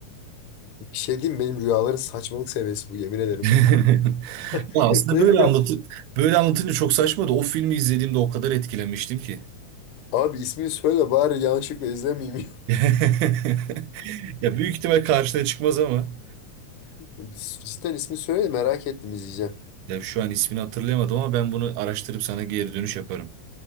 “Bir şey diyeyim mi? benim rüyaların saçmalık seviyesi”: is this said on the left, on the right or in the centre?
Left